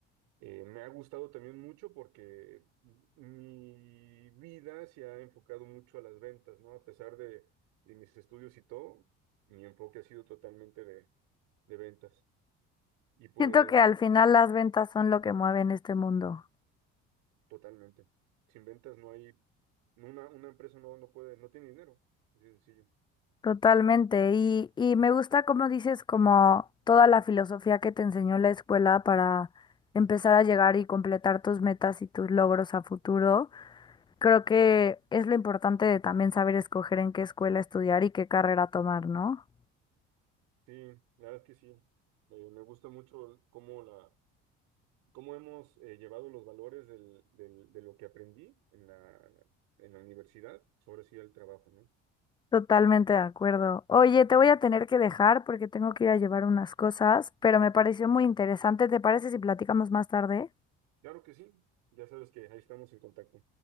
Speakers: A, on the right (about 75°); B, on the left (about 15°).
A: Eh, me ha gustado también mucho porque mi vida se ha enfocado mucho a las ventas, ¿no? A pesar de, de mis estudios y todo, mi enfoque ha sido totalmente de, de ventas. Y pues
B: Siento que al final las ventas son lo que mueven este mundo.
A: totalmente. Sin ventas no hay, una, una empresa no, no puede, no tiene dinero. Así de sencillo.
B: Totalmente. Y, y me gusta como dices, como toda la filosofía que te enseñó la escuela para empezar a llegar y completar tus metas y tus logros a futuro. Creo que es lo importante de también saber escoger en qué escuela estudiar y qué carrera tomar, ¿no?
A: Sí, la verdad es que sí. Eh, me gusta mucho cómo la cómo hemos eh, llevado los valores del- del- de lo que aprendí en la, en la universidad sobre sí el trabajo, ¿no?
B: Totalmente de acuerdo. Oye, te voy a tener que dejar porque tengo que ir a llevar unas cosas, pero me pareció muy interesante. ¿Te parece si platicamos más tarde?
A: Claro que sí, ya sabes que ahí estamos en contacto.